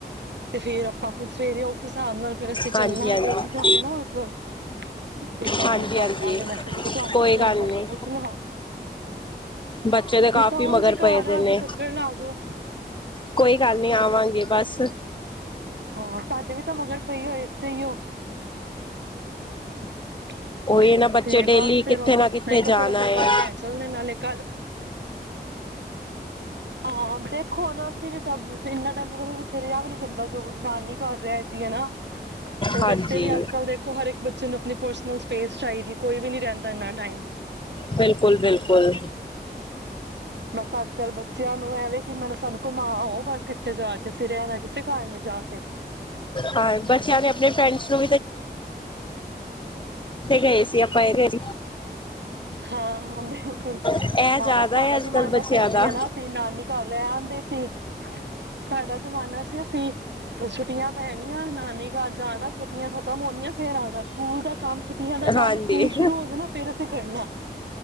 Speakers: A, on the right; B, on the left.
A: ਤੇ ਫੇਿਰ ਆਪਾਂ ਸਵੇਰੇ ਉਸ ਹਿਸਾਬ ਨਾਲ ਫਿਰ ਅਸੀਂ
B: ਹਾਂਜੀ
A: ਚੱਲਾਂ
B: ਹਾਂਜੀ
A: ਉਠ ਲਾਂਗੇ ਨਾ ਮਤਲਬ ਤਿੰਨੋ
B: ਹਾਂਜੀ
A: ਕਰ
B: ਹਾਂਜੀ
A: ਲਾਂਗੇ ਮੈਂ ਕਿਹਾ ਚਲੋ ਤੁਹਾਨੂੰ
B: ਕੋਈ
A: ਵੀ ਫੋਨ
B: ਗੱਲ
A: ਕਰਕੇ
B: ਨੀ
A: ਪੁੱਛ ਲਵਾਂ
B: ਬੱਚੇ ਤੇ ਕਾਫੀ
A: ਨੀਤਾ ਹੁਣ
B: ਮਗਰ
A: ਜੇ ਘਰ
B: ਪਏ
A: ਆ
B: ਦੇ ਨੇ
A: ਜਾਓ ਚੱਕਰ ਲਾਜਓ
B: ਕੋਈ ਗੱਲ ਨੀ ਆਵਾਂਗੇ ਬਸ
A: ਹਾਂ ਸਾਡੇ ਵੀ ਤਾਂ ਮਗਰ ਪਈ ਹੋ ਇਸਏੇ ਹੀ <inaudible>
B: ਉਹੀ ਨਾ ਬੱਚੇ
A: ਤੇ
B: ਡੇਲੀ
A: ਬਸ ਫੇਿਰ
B: ਕਿੱਥੇ
A: ਉਹਨੂੰ
B: ਨਾ ਕਿੱਥੇ
A: ਮੈਂ ਕਿਹਾ
B: ਜਾਣਾ
A: ਚਲੋ ਫਰ
B: ਹੈ
A: ਕੱਲ ਲੈ ਚਲਣੇ ਨਾਲੇ ਕੱਲ ਹਾਂ ਦੇਖੋ ਹੁਣ ਅਸੀਂ ਵੀ ਤਾਂ ਇੰਨਾ ਟਾਈਮ ਦੇਖ ਇੱਥੇ ਰਿਹਾ ਵੀ ਨੀ ਜਾਂਦਾ ਜੋ ਮਾਨੀ ਕਰ ਰਿਹਾ ਜੀ ਹੈ ਨਾ ਫਿਰ
B: ਹਾਂਜੀ
A: ਬੱਚੇ ਵੀ ਅੱਜ ਕੱਲ੍ਹ ਦੇਖੋ ਹਰ ਇੱਕ ਬੱਚੇ ਨੂੰ ਆਪਣੀ ਪਰਸਨਲ ਸਪੇਸ ਚਾਹੀਦੀ ਕੋਈ ਵੀ ਨਹੀਂ ਰਹਿੰਦਾ ਇੰਨਾ ਟਾਈਮ
B: ਬਿਲਕੁਲ ਬਿਲਕੁਲ ਬਿਲਕੁਲ
A: ਬਸ ਅੱਜ ਕੱਲ ਬ ਬੱਚਿਆਂ ਨੂੰ ਐਵੇਂ ਕਿ ਮੈਨੂੰ ਸਾਨੂੰ ਘੁਮਾਓ ਬਸ ਕਿੱਥੇ ਜਾ ਕੇ ਸਿਰਿਆ ਨਾ ਕਿਸੇ ਕਾਰ ਨੀ ਜਾ ਕੇ
B: ਹਾਂ ਬੱਚਿਆਂ ਨੇ ਆਪਣੇ ਫਰੈਂਡਸ ਨੂੰ ਥੇ ਗਏ ਸੀ ਆਪਾਂ ਇਹਦੇ ਜੀ
A: ਹਾ ਬਿਲਕੁਲ
B: ਇਹ
A: ਹਾਂ
B: ਜ਼ਿਆਦਾ
A: ਸਾਡਾ
B: ਹੈ ਅੱਜ
A: ਜ਼ਮਾਨਾ
B: ਕੱਲ੍ਹ ਬੱਚਿਆਂ
A: ਸਹੀ
B: ਦਾ
A: ਸੀ ਨਾ ਅਸੀਂ ਨਾਨੀ ਘਰ ਰਹਿ ਆਦੇ ਸੀ ਸਾਡਾ ਜ਼ਮਾਨਾ ਸੀ ਅਸੀਂੁ ਛੁੱਟੀਆਂ ਪੈਣੀਆਂ ਨਾਨੀ ਘਰਜ ਆਣਾ ਛੁੱਟ ਖਤਮ ਹੋਣੀਆਂ ਫੇਰ ਆਉਦਾ ਸਕੂਲ ਦਾ ਕੰਮ ਛੁੱਟੀਆਂ ਦਾ ਕੰਮ
B: ਹਾਂਜੀ
A: ਸਕੂਲ ਸ਼ੁਰੂ ਹੋ ਜਾਣਾ ਫੇਰ ਅਸੀਂ ਕਰਨਾ